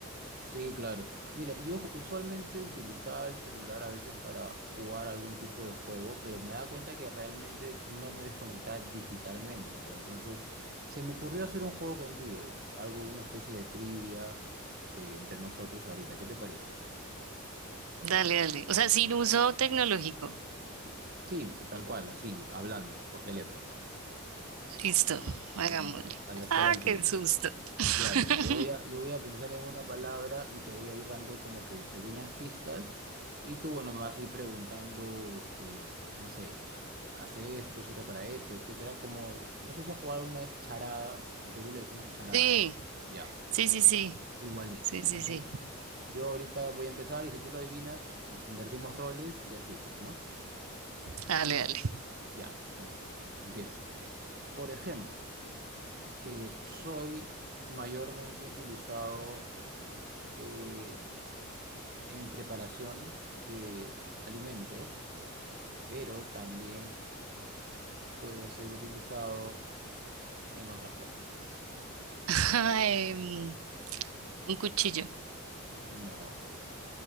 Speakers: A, on the right (about 45°); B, on the right (about 80°).
A: Sí, claro. Mira, yo ju- usualmente utilizaba el celular a veces para jugar algún tipo de juego, pero me daba cuenta que realmente no me desconectaba digitalmente, ¿no? Entonces, se me ocurrió hacer un juego contigo, algo, una especie de trivia eh, entre nosotros ahorita. ¿Qué te parece?
B: Dale, dale. O sea, sin uso tecnológico.
A: Sí, tal cual, así, hablando por teléfono,
B: Listo, hagámosle.
A: ¿no? a a la escuela
B: Ah,
A: antigua.
B: qué susto. <laughs>
A: Ya, mira, yo voy a, yo voy a pensar en una palabra y te voy a ir dando como que pequeñas pistas y tú, bueno, me vas a ir preguntando, este, no sé, hace esto, sirve para esto, etcétera, como, no sé si has jugado alguna vez charada, en Perú le decimos charada,
B: Sí,
A: ya,
B: sí, sí, sí,
A: igualito.
B: sí, sí,
A: Entonces,
B: sí.
A: yo ahorita voy a empezar y si tú lo adivinas, i- invertimos roles y así, pues, ¿no?
B: Dale, dale.
A: Ya, entonces, empiezo. Por ejemplo, eh, soy mayormente utilizado... eh, en preparación de alimentos, pero también puedo ser utilizado en otras cosas.
B: <laughs> Em, un cuchillo.
A: No,